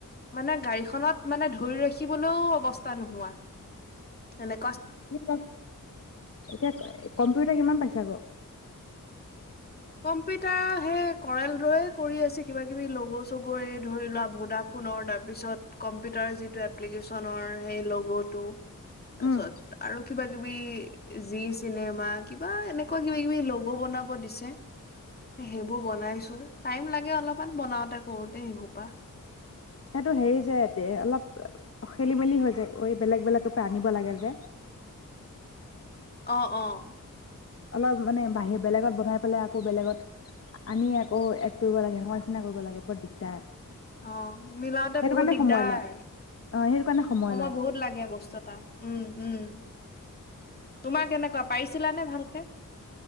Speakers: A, on the left; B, on the left.
A: মানে গাড়ীখনত, মানে ধৰি ৰাখিবলৈও অৱস্থা নোহোৱা, এনে
B: <unintelligible> এতিয়া কম্পিউটাৰ কিমান পাইছা আকৌ?
A: কম্পিউটাৰ সেই কৰেল দৰে কৰি আছে, কিবা-কিবি লগ'-চগ' এই ধৰি লোৱা, ভোডাফোনৰ, তাৰপিছত কম্পিউটাৰ যিটো এপ্লিকেশ্যনৰ, সেই লগ'টো। তাৰপিছত
B: উম
A: আৰু কিবা কিবি জি চিনেমা, কিবা এনেকুৱা, কিবা-কিবি লগ' বনাব দিছে। সেইবোৰ বনাইছো, টাইম লাগে অলপমান বনাওতে কৰোতে সেইসোপা।
B: সেইটো হেৰি যে, দে অলপ খেলি-মেলি হৈ যায় অই বেলেগ-বেলেগৰ পৰা আনিব লাগে যে।
A: অ', অ'।
B: অলপ মানে, বাহিৰ বেলেগত বনাই পেলাই, আকৌ বেলেগত আনি আকৌ এড কৰিব লাগে, <unintelligible> নিচিনা কৰিব লাগে বৰ দিগদাৰ।
A: অ'। মিলাওতে
B: সেইটো
A: বহুত
B: কাৰণে
A: দিগদাৰ।
B: সময় লয় অ সেইটো কাৰণে
A: সময়
B: লয়
A: বহুত লাগে বস্তু এটা। ‌ উম, উম। তোমাৰ কেনেকুৱা? পাৰিছিলানে ভালকে?